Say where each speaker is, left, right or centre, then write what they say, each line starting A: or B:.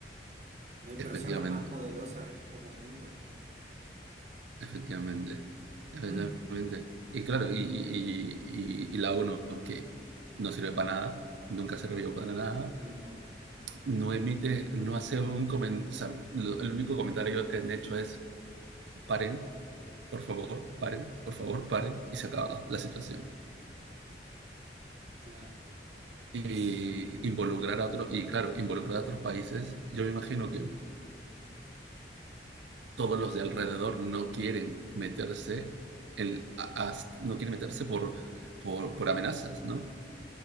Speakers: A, on the right (about 40°); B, on the right (about 80°).
A: no hay personas
B: Efectivamente,
A: más poderosas en estos momentos.
B: efectivamente, efectivamente.
A: <clears throat>
B: Y claro, y, y, y, y y la ONU que no sirve para nada, nunca sirvió para nada,
A: No,
B: no emite, no hace un comentario, o sea, lo- el único comentario que han hecho es paren, por favor, paren, por favor, paren, y se acaba la situación.
A: claro.
B: Y
A: Y sí.
B: involucrar a otros, y claro, involucrar a otros países, yo me imagino que todos los de alrededor no quieren meterse, en, a- a- no quieren meterse por, por, por amenazas, ¿no?